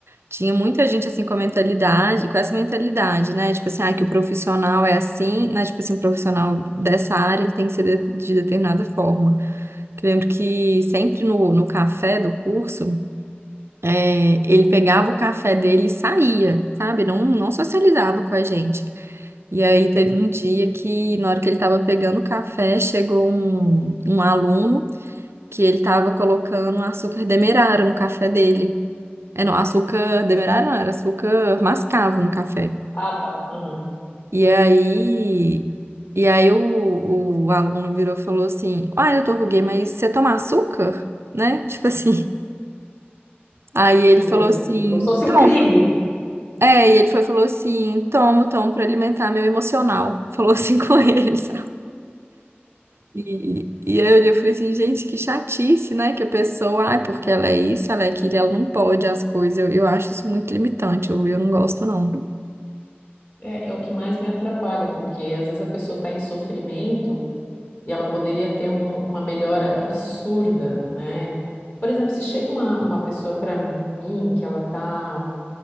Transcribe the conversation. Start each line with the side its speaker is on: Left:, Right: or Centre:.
Right: Tinha muita gente assim com a mentalidade, com essa mentalidade, né? Tipo assim, ah, que o profissional é assim, né? Tipo assim, um profissional dessa área, ele tem que ser de, de determinada forma. Que eu lembro que sempre no, no café do curso, é, ele pegava o café dele e saía, sabe? Não, não socializava com a gente. E aí teve um dia que, na hora que ele estava pegando o café, chegou um, um aluno que ele estava colocando açúcar demerara no café dele. É, não, açúcar demerara não, era açúcar mascavo no café.
Left: Ah, tá. Aham.
Right: E aí, e aí o, o aluno virou e falou assim: Ah, doutor Ruguê, mas você toma açúcar? Né? Tipo assim. <laughs> Aí
Left: <laughs>
Right: ele
Left: Meu
Right: falou
Left: Deus.
Right: assim:
Left: Como se fosse
Right: Tomo.
Left: um crime.
Right: É, e ele foi e falou assim: Tomo, tomo pra alimentar meu emocional. Falou assim <laughs> com ele, sabe? E, e aí eu olhei e falei assim: Gente, que chatice, né? Que a pessoa, ai, porque ela é isso, ela é aquilo, ela não pode as coisas. Eu, eu acho isso muito limitante, eu, eu não gosto, não.
Left: É, é o que mais me atrapalha, porque às vezes a pessoa está em sofrimento e ela poderia ter um- uma melhora absurda, né? Por exemplo, se chega uma, uma pessoa para mim que ela está